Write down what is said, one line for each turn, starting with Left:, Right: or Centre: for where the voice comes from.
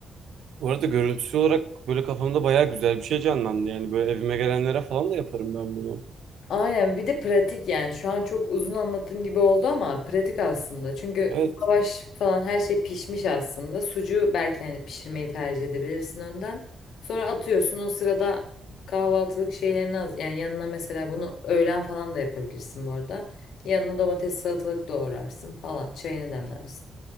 Right: Bu arada görüntüsü olarak böyle kafamda bayağı güzel bir şey canlandı. Yani böyle evime gelenlere falan da yaparım ben bunu.
Left: Aynen bir de pratik yani şu an çok uzun anlattığım gibi oldu ama pratik aslında. Çünkü
Right: Evet.
Left: lavaş falan her şey pişmiş aslında. Sucuğu belki hani pişirmeyi tercih edebilirsin önden. Sonra atıyorsun o sırada kahvaltılık şeylerini az yani yanına mesela bunu öğlen falan da yapabilirsin bu arada. Yanına domates salatalık doğrarsın falan çayını demlersin.